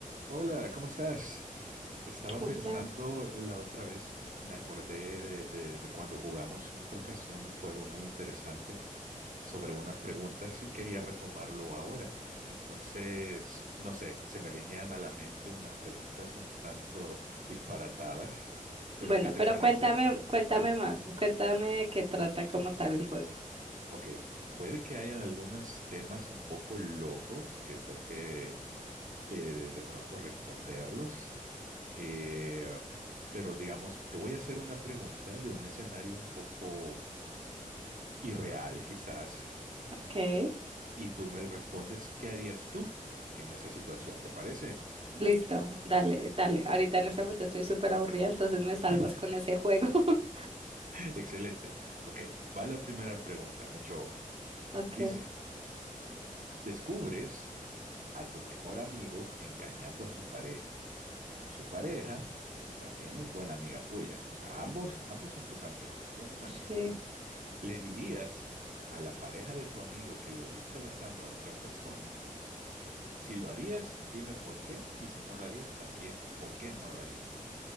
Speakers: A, on the right; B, on the right.
A: Hola, ¿cómo estás? Estaba
B: Poplar.
A: pensando la otra vez, me acordé de, de- de cuando jugamos en otra ocasión un juego muy interesante sobre unas preguntas y quería retomarlo ahora. Entonces, no sé, se me venían a la mente unas preguntas un tanto disparatadas, pero
B: Bueno,
A: ¿qué te
B: pero
A: parece?
B: cuéntame, cuéntame más, cuéntame de qué trata como tal el juego,
A: Ok, puede que hayan algunos temas un poco locos que toque eh, de pronto responderlos. Eh, pero digamos, te voy a hacer una pregunta de un escenario un poco irreal quizás,
B: ¿ok?
A: y tú me respondes, ¿qué harías tú en esa situación? ¿Te parece?
B: Listo, dale,
A: Oh.
B: dale. Ahorita en este momento estoy súper aburrida, entonces me salvas
A: <laughs>
B: con ese juego. <laughs>
A: Excelente. Ok, va la primera pregunta, mucho ojo.
B: Ok,
A: Dice, descubres a tu mejor amigo engañando a su pareja. Su pareja también es buena amiga tuya. O sea, ambos, ambos son tus amigos, son buenos amigos.
B: sí.
A: ¿Le dirías a la pareja de tu amigo que lo viste besando a otra persona? Si lo harías, dime por qué. Y si no lo harías, también, ¿por qué no lo harías?